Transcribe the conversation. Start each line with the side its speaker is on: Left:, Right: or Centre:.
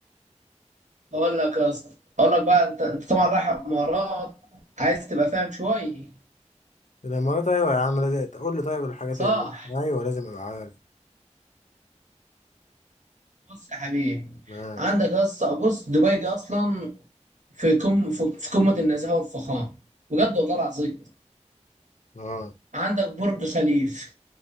Right: اقول لك يا اسطى اقول لك بقى انت انت طبعا رايح امارات عايز تبقى فاهم شويه
Left: الامارات ايوه يا عم لازم تقول لي طيب الحاجات
Right: صح
Left: اللي ايوه لازم ابقى عارف
Right: بص يا حبيبي
Left: ماشي
Right: عندك يا اسطى بص دبي دي اصلا في كم في في قمه النزاهه والفخامه بجد والله العظيم
Left: اه
Right: عندك برج خليف